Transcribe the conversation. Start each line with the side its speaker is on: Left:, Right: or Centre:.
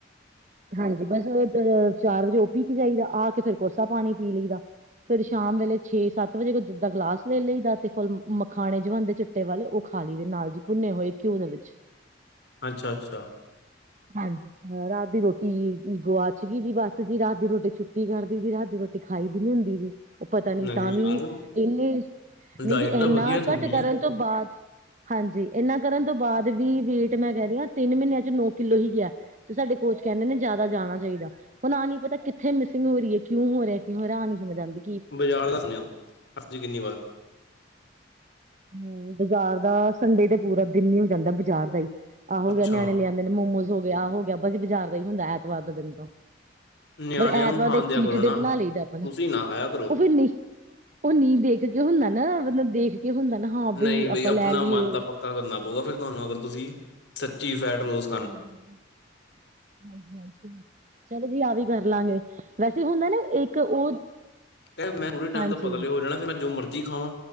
Right: ਹਾਂਜੀ। ਬਸ ਦ, ਚਾਰ ਵਜ਼ੇ ਓ ਪੀ ਕੇ ਜਾਈਦਾ, ਆ ਕੇ ਫ਼ਿਰ ਕੋਸਾ ਪਾਣੀ ਪੀ ਲਈਦਾ। ਫ਼ਿਰ ਸ਼ਾਮ ਵੇਲੇ ਛੇ-ਸੱਤ ਵਜ਼ੇ ਕੁ, ਦੁੱਧ ਦਾ ਗਲਾਸ ਲੈ ਲਈਦਾ ਤੇ ਫੁੱਲ, ਮਖਾਣੇ ਜਵਾਅਦੇ ਚ' ਪੁਣੇ ਵਾਲੇ ਓ ਖਾਂ ਲੀਏਦੇ ਨਾਲ ਜੀ, ਭੁੰਨੇ ਹੋਏ ਘਿਓ ਦੇ ਵਿੱਚ।
Left: ਅੱਛਾ-ਅੱਛਾ।
Right: ਹਾਂਜੀ, ਰਾਤ ਦੀ ਰੋਟੀ ਗੁਆਚ ਗਈ ਜੀ, ਬਸ ਜੀ। ਰਾਤ ਦੀ ਰੋਟੀ ਛੁੱਟੀ ਕਰਤੀ ਸੀ। ਰਾਤ ਦੀ ਰੋਟੀ। ਦਿਖਾਈ ਦੀ ਨੀ ਹੁੰਦੀ ਨੀ। ਪਤਾ ਨੀ
Left: ਨਹੀਂ
Right: ਤਾਵੀ,
Left: ਯਾਰ
Right: ਇੰਨੇ, ਨਹੀਂ
Left: ਡਾਇਟ
Right: ਜੀ
Left: ਤਾਂ
Right: ਇੰਨਾ
Left: ਵਧੀਆ ਤੁਹਾਡੀ
Right: ਘੱਟ ਕਰਨ ਤੋਂ ਬਾਅਦ, ਹਾਂਜੀ। ਇਹਨਾਂ ਕਰਨ ਤੋਂ ਬਾਅਦ ਵੀ ਵੇਟ ਮੈਂ ਕਹਿ ਰਈਂ ਆਂ, ਤਿੰਨ ਮਹੀਨੇ ਨੋ ਕਿੱਲੋ ਹੀ ਗਿਆ ਤੇ ਸਾਡੇ ਕੋਚ ਕਹਿੰਦੇ ਨੇ ਜ਼ਿਆਦਾ ਜਾਣਾ ਚਾਹੀਦਾ। ਮਤਲਬ ਆ ਨਹੀਂ ਪਤਾ ਕਿੱਥੇ ਮਿਸਿੰਗ ਹੋ ਰਈ ਏ, ਕਿਉਂ ਹੋ ਰਿਹਾ ਕਿਉ ਹੋ ਰਿਆ ਆ ਨ ਸਮਝ ਆਂਦੀ।
Left: ਬਜ਼ਾਰ ਦੱਸਨੇ ਆਂ ਹਫ਼ਤੇ ਕਿੰਨੀ ਵਾਰ
Right: ਹੁੰ ਬਾਜ਼ਾਰ ਦਾ, ਸੰਡੇ ਤੇ ਪੂਰਾ ਦਿਨ ਹੀ ਹੋ ਜਾਂਦਾ ਬਜ਼ਾਰ ਦਾ ਈ ਆਹੋ
Left: ਅੱਛਾ
Right: ਗਿਆ ਨਿਆਣੇ ਲਿਆਂਦਾ ਨ ਮੋਮੋਸ ਹੋ ਗਿਆ, ਆਹ ਹੋ ਗਿਆ, ਬਸ ਬਜ਼ਾਰ ਦਾ ਈ ਹੁੰਦੈ ਐਤਵਾਰ ਦਾ ਦਿਨ ਤਾਂ।
Left: ਨਿਆਣਿਆਂ
Right: ਮਤਲਬ
Left: ਨੂੰ
Right: ਐਤਵਾਰ
Left: ਖਾਣ
Right: ਦਾ ਇੱਕ
Left: ਦਿਆ
Right: ਚੀਟਡੇ
Left: ਕਰੋ ਨਾ
Right: ਬਣਾ ਲਈਦਾ ਆਪਣਾ।
Left: ਤੁਸੀਂ ਨਾ ਖਾਇਆ ਕਰੋ
Right: ਉਹ ਫਿਰ ਨੀ ਉਹ ਨੀਂ ਦੇਖ ਕੇ ਹੁੰਦਾ ਨਾ ਮਤਲਬ ਦੇਖ ਕੇ ਹੁੰਦਾ ਨਾ ਹਾਂ ਬਈ
Left: ਨਹੀਂ
Right: ਆਪਾਂ
Left: ਆਪਣਾ
Right: ਲੈ ਲੀਏ।
Left: ਮਨ ਤਾਂ ਪੱਕਾ ਕਰਨਾ ਪਊਗਾ ਫੇਰ ਤੁਹਾਨੂੰ ਅਗਰ ਤੁਸੀਂ, ਸੱਚੀ ਫੈਟ ਰੋਸ
Right: ਹਾਂਜੀ। ਹਾਂਜੀ-ਹਾਂਜੀ ਚਲੋ ਜੀ ਆਹ ਵੀ ਕਰ ਲਾਂਗੇ, ਵੈਸੇ ਹੁੰਦਾ ਨਾ ਇੱਕ ਉਹ
Left: ਕਿੰ ਮੈਂ ਥੋੜ੍ਹੇ ਟਾਈਮ
Right: ਹਾਂਜੀ
Left: ਤੋਂ ਪਤਲੇ ਹੋ ਜਾਣਾ ਫੇਰ ਮੈਂ ਜੋ ਮਰਜੀ ਖਾਵਾਂ,